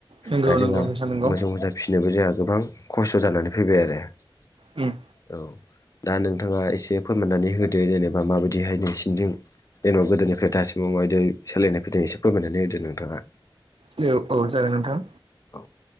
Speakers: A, on the right (about 75°); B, on the left (about 40°).
A: नंगौ
B: दा जोंहा
A: नंगौ नोंथां नंगौ
B: मोजां मोजां फिसिनोबो जाया। गोबां खस्थ' जानानै फैबाय आरो औ
A: उम
B: दा नोंथाङा एसे फोरमायनानै होदो जेनेबा माबायदिहाय नोंसिनिजों? जेनेबा गोदोनिफ्राय दासिमाव मायदि सोलायनाय फैदोंनाय एसे फोरमायनानै होदों नोंथाङा
A: औ औ जागोन नोंथां
B: औ